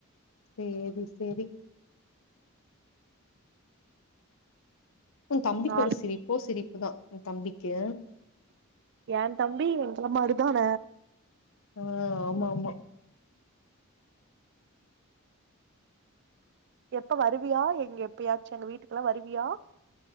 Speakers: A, on the left (about 65°); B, on the right (about 55°).
A: செரி செரி உன் தம்பிக்கு
B: நா
A: ஒரு சிரிப்போ சிரிப் அதான் என் தம்பிக்கு
B: யந்தம்பி எங்கள மாறிதான
A: அ ஆமா மா
B: எப்ப வருவியா எங்க எப்பயாச்சு எங்க வீட்டுக்கெல்லா வருவியா